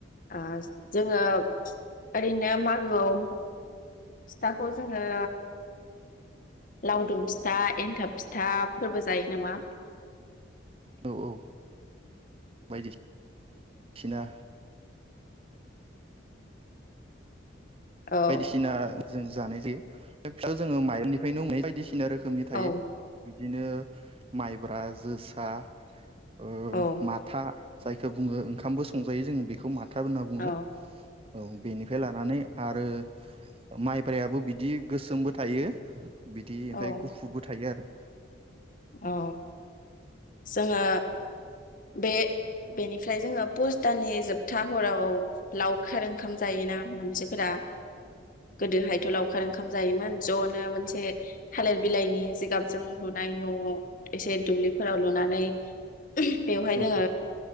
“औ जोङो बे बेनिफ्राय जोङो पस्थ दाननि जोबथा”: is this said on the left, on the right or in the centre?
Left